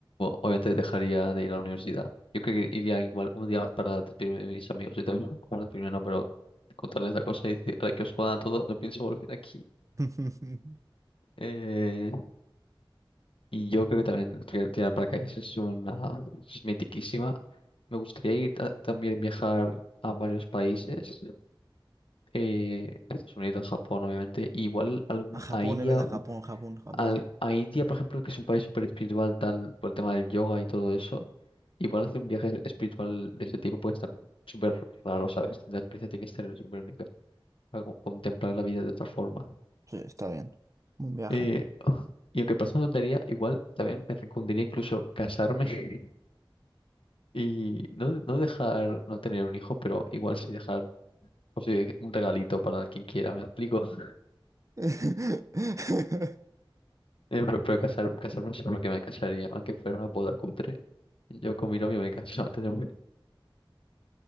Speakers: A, on the left (about 80°); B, on the right (about 35°).
A: obviamente dejaría de ir a la universidad. Yo creo que iría igual un día más para despedirme de mis amigos y todo eso. Bueno, despedirme no, pero contarles la cosa y decir, ahora que os jodan a todos, no pienso volver aquí.
B: <laughs>
A: Eh, y yo creo que también tirar tirar paracaídas es una es mitiquísima. Me gustaría ir a- también viajar a varios países, eh, a Estados Unidos, Japón, obviamente, igual algún,
B: A Japón,
A: a India
B: es verdad, Japón, Japón, Japón.
A: al- a India, por ejemplo, que es un país súper espiritual, tal, por el tema del yoga y todo eso, igual hacer un viaje espiritual de ese tipo puede estar súper raro, ¿sabes? La experiencia tiene que ser súper única, para co- contemplar la vida de otra forma.
B: Sí, está bien. Un viaje.
A: Eh, <clears throat> y aunque parezca una tontería, igual también me recundiría incluso casarme <laughs> y no, no dejar, no tener un hijo, pero igual sí dejar o sea, un regalito para quien quiera, ¿me explico? <laughs>
B: <laughs> Está
A: Eh, pero, pero casar, casarme solo que me casaría, aunque fuera una boda cutre. Yo con mi novio me caso <laughs> antes de morir.